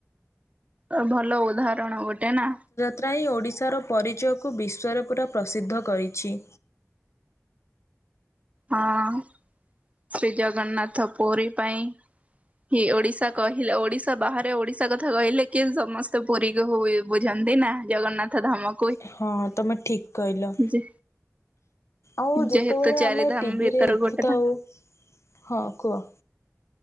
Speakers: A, on the right; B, on the left.
A: ଅ ଭଲ ଉଦାହରଣ ଗୋଟେ ନା।
B: ତ୍ରାଇ ଓଡ଼ିଶାର ପରିଚୟକୁ ବିଶ୍ୱରେ ପୁରା ପ୍ରସିଦ୍ଧ କରିଛି।
A: ହଁଅଁ। ଶ୍ରୀ ଜଗନ୍ନାଥ ପୁରୀ ପାଇଁ। ହି ଓଡିଶା କହିଲେ ଓଡିଶା ବାହାରେ ଓଡିଶା କଥା କହିଲେ କିଏ ସମସ୍ତେ ପୁରୀ କୁ ହୁଏ। ବୁଝନ୍ତି ନା ଜଗନ୍ନାଥ ଧାମ।
B: ହଁଅଁ ତମେ ଠିକ୍ କଇଲ।
A: ଯେ
B: ଆଉ ଯେତେବେଳେ
A: ଯେହେତୁ ଚାରି
B: ଆମେ
A: ଧାମ
B: ଟିଭିରେ
A: ଭିତରୁ
B: ଦେଖୁଥାଉ,
A: ଗୋଟେ ଧାମ।
B: ହଁ କୁଅ।